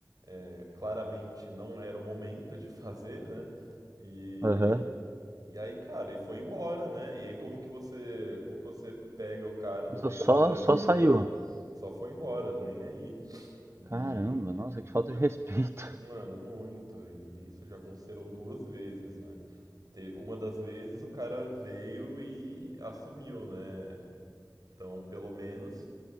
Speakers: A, on the right (about 60°); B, on the right (about 35°).
A: é, claramente não era o momento de <laughs> fazer, né? E,
B: Aham,
A: e aí, cara, e foi embora, né? E aí como que você, como que você pega o cara no
B: Nossa,
A: meio
B: só,
A: do trânsito,
B: só saiu.
A: né? Só foi embora, nem aí. E,
B: Caramba, nossa, que falta de respeito,
A: Mano,
B: <laughs>
A: muito. E isso já aconteceram duas vezes, né? Te- Uma das vezes o cara veio e assumiu, né? Então, pelo menos,